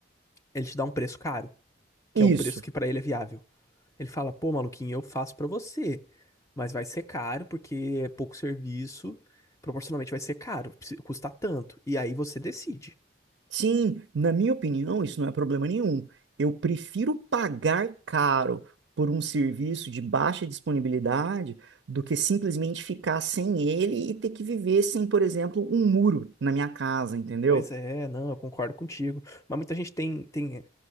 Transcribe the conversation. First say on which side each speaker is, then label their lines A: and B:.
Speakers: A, on the left (about 15°); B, on the right (about 70°).
A: Ele te dá um preço caro, que
B: Isso.
A: é o preço que pra ele é viável. Ele fala, pô, maluquinho, eu faço pra você, mas vai ser caro porque é pouco serviço, proporcionalmente vai ser caro, precisa- custa tanto. E aí você decide.
B: Sim, na minha opinião, isso não é problema nenhum. Eu prefiro pagar caro por um serviço de baixa disponibilidade do que simplesmente ficar sem ele e ter que viver sem, por exemplo, um muro na minha casa, entendeu?
A: Pois é, não, eu concordo contigo. Mas muita gente tem, tem